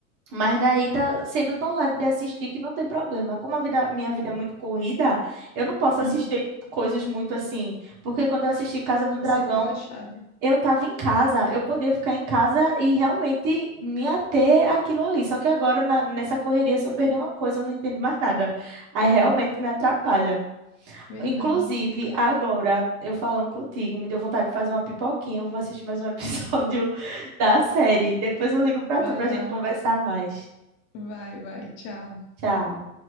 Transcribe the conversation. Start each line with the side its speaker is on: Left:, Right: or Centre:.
Right: Mas daí tá sendo tão leve de assistir que não tem problema. Como a vida, minha
Left: é.
Right: vida é muito corrida, eu não posso
Left: Uhum.
Right: assistir coisas muito assim. Porque quando eu assisti Casa do
Left: Tem
Right: Dragão,
Left: que ser relaxado.
Right: eu estava em casa, eu podia ficar em casa e realmente me ater àquilo ali. Só que agora, na- nessa correria, se eu perder uma coisa, eu não entendo mais nada. Aí
Left: É
Right: realmente
Left: ver-
Right: me atrapalha.
Left: verdade.
Right: Inclusive, agora, eu falando contigo, me deu vontade de fazer uma pipoquinha. Eu vou assistir mais um <laughs> episódio da série. Depois eu ligo para
Left: Vai
Right: tu para a
Left: lá.
Right: gente conversar mais.
Left: Vai, vai. Tchau.
Right: Tchau.